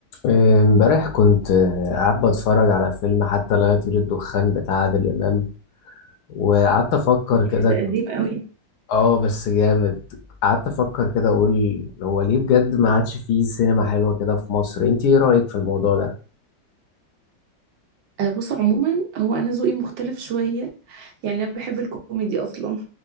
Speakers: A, on the left; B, on the right.
A: امبارح كنت آه، قاعد بتفرج على فيلم حتى لا يطير الدخان بتاع عادل إمام وقعدت أفكر
B: ياه،
A: كده
B: ده قديم قوي
A: اه بس جامد قعدت أفكر كده أقول هو ليه بجد ما عادش فيه سينما حلوة كده في مصر انت ايه رأيك في الموضوع ده؟
B: آه بص عموما هو انا ذوقي مختلف شويه يعني انا بحب الكوميدي اصلا